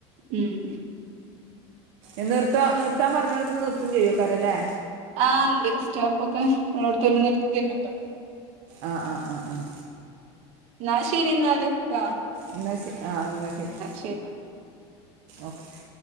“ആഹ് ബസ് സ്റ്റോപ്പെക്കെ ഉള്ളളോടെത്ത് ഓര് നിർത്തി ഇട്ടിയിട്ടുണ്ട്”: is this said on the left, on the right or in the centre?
Right